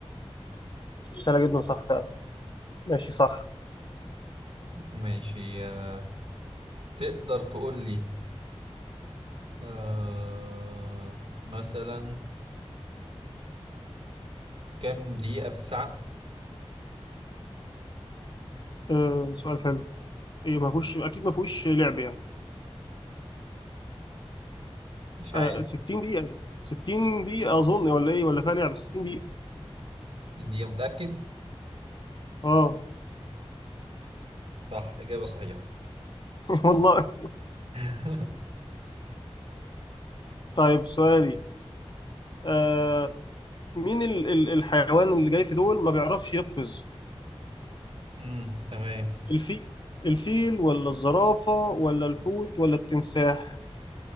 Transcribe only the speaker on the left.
سهله جدا صح فعلا ماشي صح
آه سؤال حلو إيه ما فيهوش اكيد ما فيهوش لعب يعني
آه
60 دقيقه 60 دقيقه اظن ولا ايه ولا فيها لعب 60 دقيقه
اه
<laughs> والله
طيب سؤالي آه مين ال ال الحيوان اللي جاي في دول ما بيعرفش يقفز
الفيل الفيل ولا الزرافه ولا الحوت ولا التمساح